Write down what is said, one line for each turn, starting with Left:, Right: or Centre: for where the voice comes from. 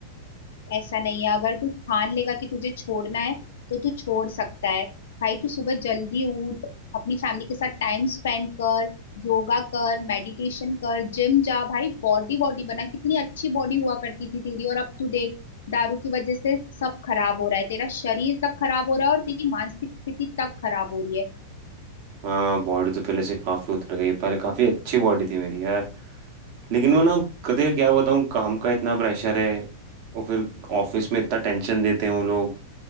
Left: ऐसा नहीं है अगर तू ठान लेगा कि तुझे छोड़ना है तो तू छोड़ सकता है भाई तू सुबह जल्दी उठ अपनी फैमिली के साथ टाइम स्पेंड कर योगा कर मेडिटेशन कर जिम जा भाई बॉडी बॉडी बना कितनी अच्छी बॉडी हुआ करती थी तेरी और अब तू देख दारू की वजह से सब खराब हो रहा है तेरा शरीर तक खराब हो रहा है और तेरी मानसिक स्थिति तक खराब हो रही है
Right: हाँ बॉडी तो पहले से काफी उतर गई पहले काफी अच्छी बॉडी थी मेरी यार लेकिन वो ना कते क्या बताऊँ काम का इतना प्रेशर है और फिर ऑफिस में इतना टेंशन देते हैं वो लोग